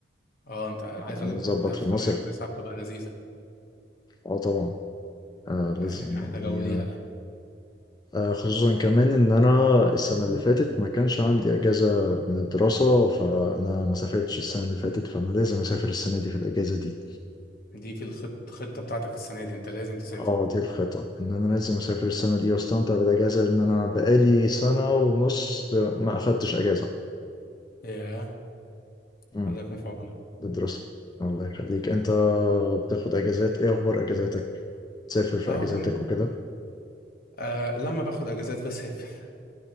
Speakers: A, on the left; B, on the left.
A: اه انت عايز
B: يعني
A: اقول
B: نظبط
A: لك ده
B: في
A: في
B: المصيف
A: 8 و9 بتبقى لذيذه
B: اه طبعا آه
A: يعني
B: لازم يعني
A: احلى جو ليها
B: آه
A: ده
B: آه، خصوصا كمان إن أنا السنة اللي فاتت ما كانش عندي أجازة من الدراسة فأنا ما سافرتش السنة اللي فاتت فأنا لازم أسافر السنة دي في الأجازة دي
A: دي في الخط خطه بتاعتك السنه دي انت لازم تسافر
B: اه دي الخطة ان انا لازم اسافر السنة دي واستمتع بالاجازة لان انا بقالي سنة ونص ما اخدتش اجازة
A: ياه
B: امم
A: الله يكون في عونك
B: للدراسة الله يخليك انت بتاخد اجازات ايه اخبار اجازاتك تسافر في
A: اه
B: اجازاتك
A: تمام
B: وكده
A: آه لما باخد اجازات بسافر